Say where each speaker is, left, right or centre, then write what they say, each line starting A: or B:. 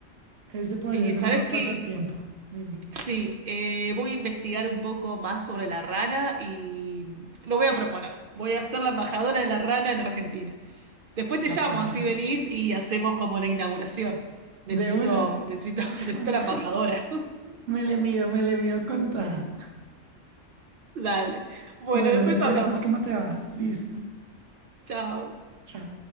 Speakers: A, on the right; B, on the right.
A: Ese podría
B: Eh,
A: ser
B: sabes
A: un buen
B: qué?
A: pasatiempo, dime.
B: Sí, eh, voy a investigar un poco más sobre la rana y lo voy a proponer. Voy a ser la embajadora de la rana en Argentina. Después te
A: Capaz.
B: llamo, así venís y hacemos como la inauguración. Necesito,
A: De una, <laughs>
B: necesito,
A: de
B: <laughs> necesito
A: una.
B: la embajadora.
A: Me le mido, me le mido contada.
B: <laughs> Dale. Bueno,
A: Bueno,
B: después
A: me cuentas
B: hablamos.
A: cómo te va. Listo.
B: Chao.
A: Chao.